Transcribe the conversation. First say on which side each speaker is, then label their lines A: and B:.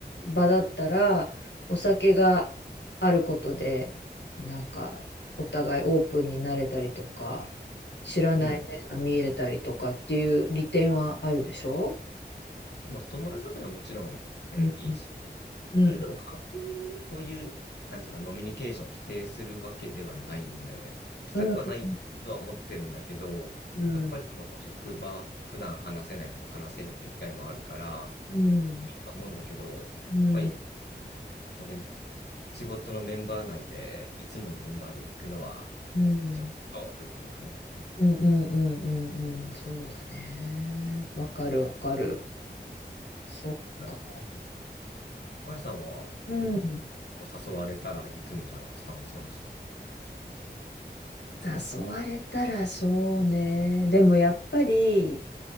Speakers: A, on the left; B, on the left.
A: 場だったら、お酒があることで、なんか、お互いオープンになれたりとか、知らない面が見えれたりとかっていう利点はあるでしょ
B: うん。もう友達だったらもちろん、うん、
A: うん、
B: いいし、
A: うん、
B: それでも完全にこういう、なんていうか、ノミニケーションを否定するわけではないんだよね。行きたくはないとは思ってるんだけど、
A: うん、うん、うん、
B: やっぱりその職場、普段話せない人と話せるって機会もあるから、
A: うん、
B: いいとは思うんだけど、やっぱり、
A: うん、
B: 本当に仕事のメンバー内で、いつものメンバーで行くのは、
A: うん、うん、
B: ちょっとってところかね。うん。
A: うん、うんうんそうだね。わかる、わかる。そっか。
B: あ、うん。あやさんは、
A: うん。
B: 結構誘われたら行くみたいなスタンスなんですか
A: 誘われたらそうね。でもやっぱり